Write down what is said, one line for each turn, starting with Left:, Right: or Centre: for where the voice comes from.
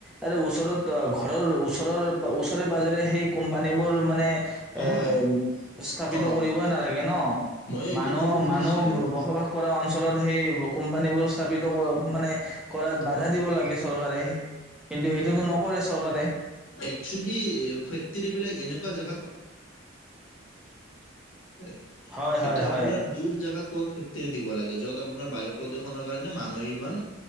Centre: আৰে ওচৰত আ ঘ ঘৰৰ ঘৰৰ ওচৰে পাজৰে সেই কোম্পানীবোৰ মানে
Left: হয়
Centre: এ স্থাপিত
Left: অ
Centre: কৰিবই নালাগে ন,
Left: মই এইটো
Centre: মানুহ
Left: ক'ব খুজিছিলো
Centre: মানুহ বসবাস কৰা অঞ্চলত সেই কোম্পানীবোৰ স্থাপিত মানে কৰাত বাধা দিব লাগে চৰকাৰে, কিন্তু সেইটোতো নকৰে চৰকাৰে।
Left: এক্সুৱেলি ফেক্টৰী বিলাক এনেকুৱা-া <unintelligible>
Centre: হয়
Left: সেইটো
Centre: হয়
Left: আপোনাৰ
Centre: হয়
Left: দূৰ জোগাত ক'ত ফেক্টৰী দিব লাগে, য'ত আপোনাৰ বায়ু প্ৰদূষণৰ কাৰণে মানুহে ইমান